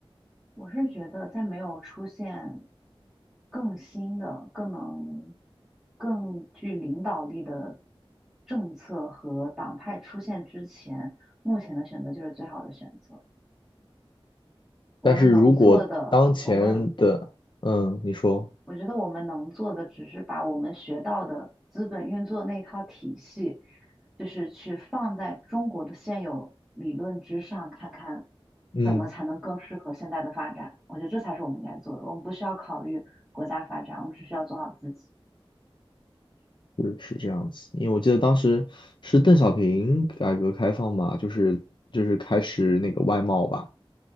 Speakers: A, in the centre; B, on the left.
A: 我是觉得，在没有出现更新的、更能、更具领导力的政策和党派出现之前，目前的选择就是最好的选择。我们能做的，
B: 但是如果当前的，
A: 我们
B: 嗯，你说，
A: 我觉得我们能做的，只是把我们学到的资本运作那一套体系，就是去放在中国的现有理论之上，看看
B: 嗯，
A: 怎么才能更适合现在的发展。我觉得这才是我们应该做的。我们不需要考虑国家发展，我们只需要做好自己。
B: 是是这样子，因为我记得当时是邓小平改革开放嘛，就是就是开始那个外贸吧。